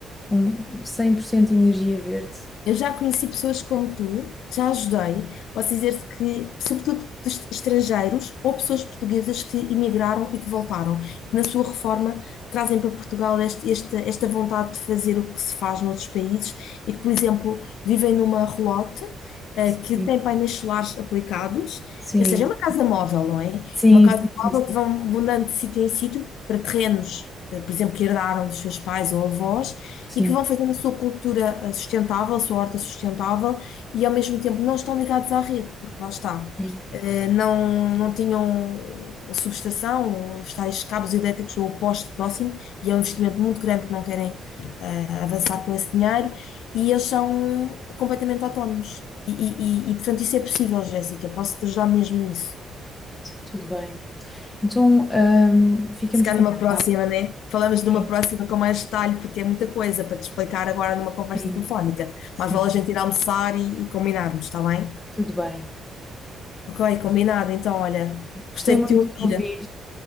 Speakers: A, on the left; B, on the left.
A: um 100% de energia verde.
B: Eu já conheci pessoas como tu, já ajudei. Posso dizer-te que, sobretudo dos estrangeiros ou pessoas portuguesas que emigraram e que voltaram, e que na sua reforma trazem para Portugal este- esta, esta vontade de fazer o que se faz noutros países e que, por exemplo, vivem numa relote, eh,
A: Sim,
B: que tem painéis solares aplicados,
A: sim,
B: ou seja, é uma casa móvel, não é?
A: sim,
B: Uma casa
A: sim, sim, sim,
B: móvel que vão mudando de sítio em sítio para terrenos, eh, por exemplo, que herdaram dos seus pais ou avós
A: sim,
B: e que vão fazendo a sua cultura eh, sustentável, a sua horta sustentável e ao mesmo tempo não estão ligados à rede, porque lá está,
A: sim.
B: eh, não, não tinham a subestação, ou os tais cabos elétricos ou o poste próximo, e é um investimento muito grande que não querem eh, avançar com esse dinheiro, e eles são completamente autónomos. E, e, e, e, portanto, isso é possível, Jéssica, posso te ajudar mesmo nisso.
A: tudo bem. Então, ahm, ficamos
B: Se calhar
A: combinados.
B: numa próxima, né? Falamos
A: Sim,
B: numa próxima com mais detalhe, porque é muita coisa para te explicar agora numa conversa
A: sim,
B: telefónica.
A: sim,
B: Mas vale a gente ir almoçar e, e combinarmos, está bem?
A: tudo bem.
B: Ok, combinado. Então, olha,
A: Gostei
B: gostei
A: muito
B: de te ouvir.
A: de te ouvir.